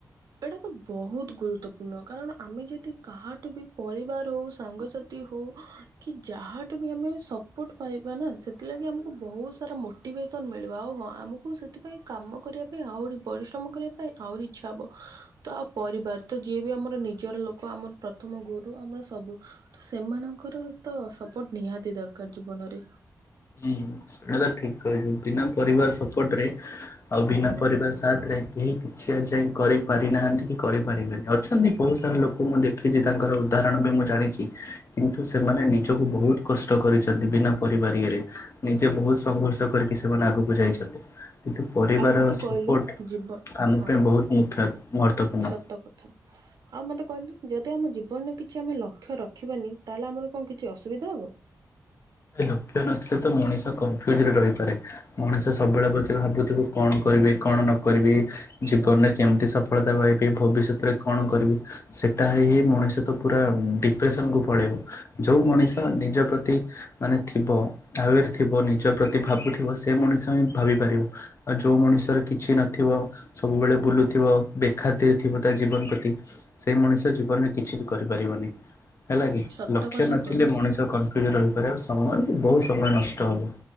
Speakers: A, on the right; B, on the left.
A: ଏଇଟା ତ ବହୁତ ଗୁରୁତ୍ୱପୂର୍ଣ୍ଣ କାରଣ ଆମେ ଯଦି କାହାଠୁ ବି ପରିବାର ହଉ ସାଙ୍ଗସାଥି ହଉ କି ଯାହାଠୁ ବି ଆମେ ସପୋର୍ଟ ପାଇବା ନା ସେଥିଲାଗି ଆମକୁ ବହୁତ ସାରା ମୋଟିଭ ଭେଶନ ମିଳିବ, ଆଉ ହଁ ଆମକୁ ସେଥିପାଇଁ କାମ କରିବା ପାଇଁ ଆହୁରି ପରିଶ୍ରମ କରିବା ପାଇଁ ଆହୁରି ଇଚ୍ଛା ହବ। ତ ଆଉ ପରିବାର ତ ଯିଏ ବି ଆମର ନିଜର ଲୋକ ଆମର ପ୍ରଥମ ଗୁରୁ ଆମର ସବୁ ତ ସେମାନଙ୍କ ତାଙ୍କର ତ ସପୋର୍ଟ ନିହାତି ଦରକାର ଜୀବନରେ।
B: ହୁଁ। ସେଇଟା ତ ଠିକ କହିଛୁ, ବିନା ପରିବାର ସପୋର୍ଟ ରେ ଆଉ ବିନା
A: ହଁ
B: ପରିବାର ସାଥ ରେ କେହି କିଛି ଆ ଯାଇ କରିପାରି ନାହାନ୍ତି କି କରିପାରିବେନି, ଅଛନ୍ତି ବହୁତ ସାରା ଲୋକ ମୁଁ ଦେଖିଛି ତାଙ୍କର ଉଦାହରଣ ବି ମୁଁ ଜାଣିଛି କିନ୍ତୁ ସେମାନେ ନିଜକୁ ବହୁତ କଷ୍ଟ କରିଛନ୍ତି ବିନା ପରିବାର ଇଏରେ ନିଜେ ବହୁତ ସଂଘର୍ଷ କରିକି ସେମାନେ ଆଗକୁ ଯାଇଛନ୍ତି। କିନ୍ତୁ ପରିବାର
A: ଆଉ ମୋତେ
B: ସପୋର୍ଟ
A: କହିଲୁ ଜୀବ
B: ଆମ
A: ହଁ
B: ପାଇଁ ବହୁତ ମୁଖ୍ୟ ମହତ୍ଵପୂର୍ଣ୍ଣ।
A: ସତ କଥା। ଆଉ ମତେ କହିଲୁ ଯ ଯଦି ଆମ ଜୀବନରେ କିଛି ଆମେ ଲକ୍ଷ୍ୟ ରଖିବାନି ତାହେଲେ ଆମର କଣ କିଛି ଅସୁବିଧା ହବ?
B: ଲକ୍ଷ ନଥିଲେ ତ ମଣିଷ କନ୍ଫିଉଯ ରେ ରହିପାରେ, ମଣିଷ ସବୁବେଳେ ବସି ଭାବୁଥିବ କଣ କରିବି କଣ ନ କରିବି ଜୀବନରେ କେମିତି ସଫଳତା ପାଇବି ଭବିସତ ରେ କଣ କରିବି, ସେ ତା ହେଇ ହେଇ ମଣିଷ ତ ପୁରା ଡିପ୍ରେସନ କୁ ପଳେଇବ, ଯୋଉ ମଣିଷ ନିଜ ପ୍ରତି ମାନେ ଥିବ ତାର ଥିବ ନିଜ ପ୍ରତି ଭାବୁଥିବ ସେ ମଣିଷ ହିଁ ଭାବି ପାରିବ, ଆଉ ଯୋଉ ମଣିଷ ମଣିଷର କିଛି ନଥିବ, ସବୁବେଳେ ବୁଲୁଥିବ, ବେଖାତିର୍ ଥିବ ତା ଜୀବନ ପ୍ରତି ସେ ମଣିଷ- ମଣିଷ ଜୀବନରେ କିଛି ବି କରିପାରିବନି। ହେଲା କି
A: ସତ
B: ଲକ୍ଷ୍ୟ
A: କଥା
B: ନଥିଲେ
A: କହିଲୁ
B: ମଣିଷ କନଫ୍ୟୁଜ ରହିପାରେ ସମୟ ବହୁତ ସମୟ ନଷ୍ଟ ହବ।